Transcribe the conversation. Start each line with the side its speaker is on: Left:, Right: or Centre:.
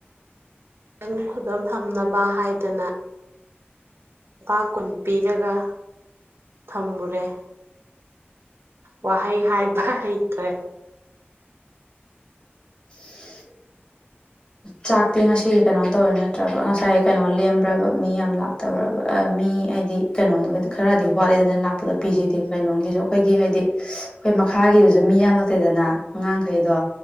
Right: ꯈꯤꯪ ꯈꯨꯗꯝꯝ ꯐꯝꯅꯕ ꯍꯥꯏꯗꯅ ꯂꯨꯄꯥ ꯀꯨꯟ ꯄꯤꯔꯒ ꯊꯝꯃꯨꯔꯦ ꯋꯥ ꯍꯩ ꯍꯥꯏꯕ ꯍꯈꯦ
Left: ꯁꯨ <inaudible> ꯆꯥꯛꯇꯤ ꯉꯁꯤꯗꯤ ꯀꯩꯅꯣ ꯇꯧꯋꯤ ꯅꯠꯇ꯭ꯔꯕ ꯉꯁꯥꯏ ꯀꯩꯅꯣ ꯂꯦꯝꯕ꯭ꯔꯕ ꯃꯤ ꯌꯥꯝ ꯂꯥꯛꯇꯕ꯭ꯔꯕ ꯃꯤ ꯍꯥꯏꯗꯤ ꯀꯩꯅꯣꯗꯣ ꯈꯔꯗꯤ ꯋꯥꯠꯂꯦꯗꯅ ꯂꯥꯛꯄꯗ ꯄꯤꯁꯤꯗꯦ ꯀꯩꯅꯣꯒꯤꯁꯨ ꯑꯩꯈꯣꯏꯒꯤ ꯍꯥꯏꯗꯤ ꯑꯩꯣꯏ ꯃꯈꯥꯒꯤꯗꯨꯁꯨ ꯃꯤ ꯌꯥꯝ ꯅꯛꯇꯦꯗꯅ ꯑꯉꯥꯡꯈꯩꯗꯣ